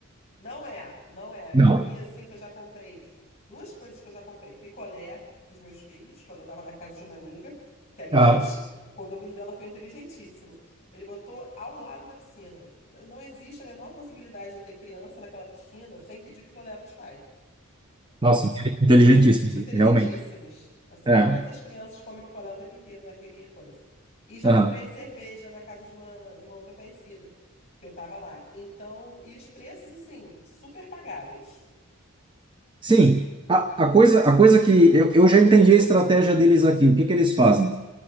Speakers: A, on the left; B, on the right.
A: Não é, não é.
B: Não.
A: Eu vi assim que eu já comprei duas coisas que eu já comprei. Picolé dos meus filhos, quando eu estava na casa de uma amiga, que, aliás,
B: Ah,
A: o condomínio dela foi inteligentíssimo. Ele botou ao lado da piscina. Não existe a menor possibilidade de ter criança naquela piscina sem pedir picolé para os pais.
B: nossa, inte- inteligentíssimo,
A: Inteligentíssimos.
B: realmente.
A: Assim,
B: É.
A: todas as crianças comem picolé o tempo inteiro naquele coisa. E já
B: Aham.
A: comprei cerveja na casa de uma, de uma outra conhecida, que eu tava lá. Então, e os preços, assim, super pagáveis.
B: Sim, a, a coisa, a coisa que eu, eu já entendi a estratégia deles aqui. O que que eles fazem?